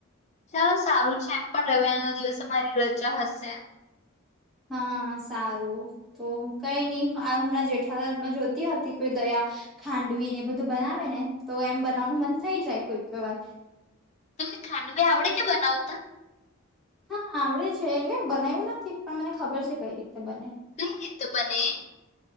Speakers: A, on the left; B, in the centre.
A: ચાલો સારું છે, એમ પણ રવિવારના દિવસે મારી રજા હશે
B: હા સારું તો કઈ ની આ હમણાં જેઠાલાલમાં જોતી હતી તો દયા ખાંડવીને એ બધું બનાવેને તો એમ બનાવવાનું મન થઈ જાય કોઈ કોઈ વાર
A: તમને ખાંડવી આવડે કે બનાવતા?
B: હા આવડે છે, એટલે બનાવ્યું નથી પણ મને ખબર છે, કઈ રીતે બને
A: <unintelligible> બને?